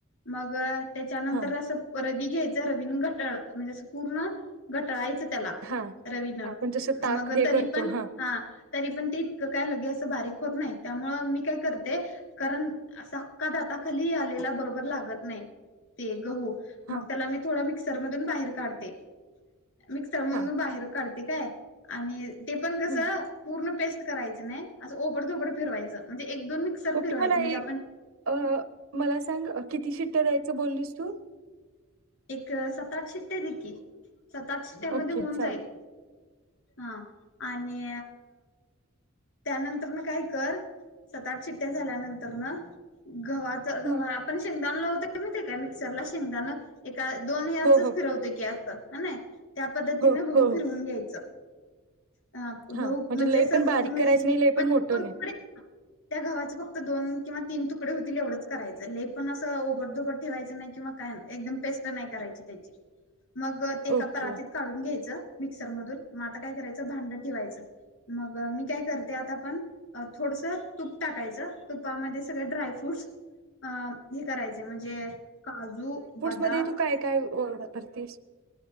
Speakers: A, on the left (about 70°); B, on the right (about 80°).
A: मग त्याच्यानंतर
B: हां,
A: असं र. घ्यायच रवीन घटळ म्हणजे पूर्ण घटळायचं. त्याला
B: हां.
A: रवीन
B: आपण जसं ताक
A: मग
B: हे
A: तरी
B: करतो.
A: पण
B: हां,
A: हा. तरी पण ते इतकं काय लगे असं बारीक होत नाही त्यामुळ मी काय करते कारण असा अख्खा दाताखाली आलेला बरोबर लागत नाही ते गहू. मग
B: हां,
A: त्याला मी थोडं मिक्स सरमधून बाहेर काढ. ते. मिक्सर मधून
B: हां.
A: बाहेर काढते. काय आणि ते पण कसं
B: हं.
A: पूर्ण पेस्ट. करायच नाही असं ओपड धोबड फीरवायचं म्हणजे एक दोन मिक्सर
B: ओके
A: फिरवायचं
B: मला
A: म्हणजे
B: एक
A: आपण
B: अ मला सांग किती शिट्ट्या द्यायचं बोललीस तू.
A: एक सात आठ शिट्ट्या दि की सात आठ शिट्ट्या मध्ये
B: ओके
A: होऊन
B: चालेल.
A: जाईल. हा आणि त्यानंतर न काय कर सात आठ शिट्ट्या झाल्यानंतर न गव्हाच गव्हा
B: हं.
A: आपण शेंगदाण लावतोय मग ते. मिक्सर ला शेंगदाणा दोनही अससच
B: हो, हो.
A: फिरवते की ह. त्या पद्धतीनं
B: हो,
A: गह
B: हो,
A: फिरवून
B: हो.
A: घ्यायचं. अ
B: हां,
A: गह म्हणजे
B: लय
A: अस
B: पण बारीक
A: पूर्ण
B: करायचं
A: ज
B: नाही, लय पण
A: तुकडे
B: मोठं नाही.
A: त्या गव्हाच फक्त दोन किंवा तीन तु होतील एवढं करायचं लई पण असं ओबडधोबड ठेवायचं नाही किंवा काय एकदम. पेस्ट नाही करायची त्याची मग ते एका
B: ओके.
A: परातीत काढून घ्यायचं. मिक्सर मधून मग आता काय करायचं भांड ठेवायचं मग मी काय करते आता आपण थोडस तूप टाकायचं तुपामध्ये सगळ ड्रायफ्रूटस अ हे करायचे म्हणजे काजू बद
B: म तू काय काय? भरतेस.